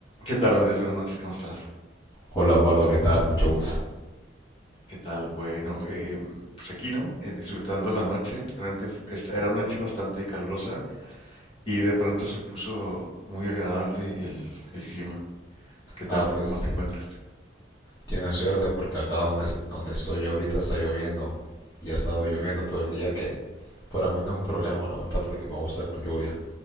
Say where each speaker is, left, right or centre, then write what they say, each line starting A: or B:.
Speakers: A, on the left (about 35°); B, on the left (about 15°).
A: ¿Qué tal, Andrés? Buenas noches, ¿cómo estás?
B: Hola Eduardo, ¿qué tal? Mucho gusto.
A: ¿Qué tal? Bueno, eh, pues aquí, ¿no? Eh, disfrutando la noche. Realmente f- esta era una noche bastante calurosa y de pronto se puso muy agradable el, el clima. ¿Qué tal?
B: Ah, pues
A: ¿Tú cómo te encuentras?
B: tienes suerte porque acá donde, donde estoy yo ahorita está lloviendo y ha estado lloviendo todo el día que para mí no es un problema, la verdad, porque me gusta con lluvia.